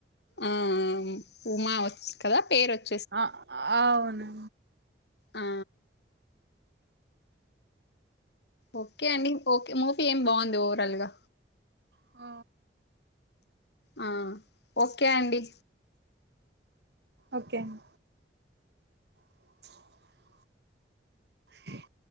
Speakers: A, on the left; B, on the right.
A: ఉ ఉ ఉమా ఒచ్ కదా పేరు ఒచ్
B: అ ఆవును
A: ఆ ఓకే అండి ఓకే మూఫీ ఏం బావుంది ఓవరాల్ గా
B: ఆ
A: ఆ ఓకే అండి
B: ఓకే అండ్ బ్లాంక్ బ్లాంక్